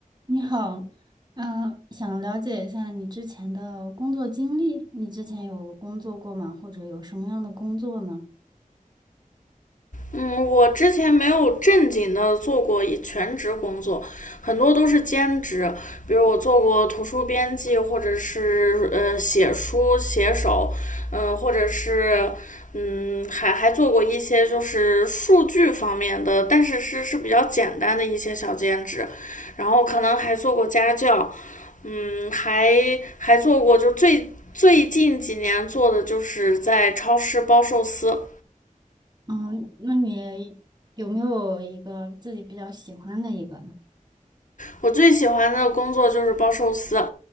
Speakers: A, on the right; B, on the left.
A: 你好，嗯，想了解一下你之前的工作经历。你之前有工作过吗？或者有什么样的工作呢？
B: 嗯，我之前没有正经的做过一全职工作，很多都是兼职，比如我做过图书编辑，或者是呃写书写手，嗯、呃或者是嗯还还做过一些就是数据方面的，但是是是比较简单的一些小兼职，然后可能还做过家教，嗯，还还做过就最最近几年做的就是在超市包寿司，
A: 嗯，那你有没有一个自己比较喜欢的一个呢？
B: 我最喜欢的工作就是包寿司，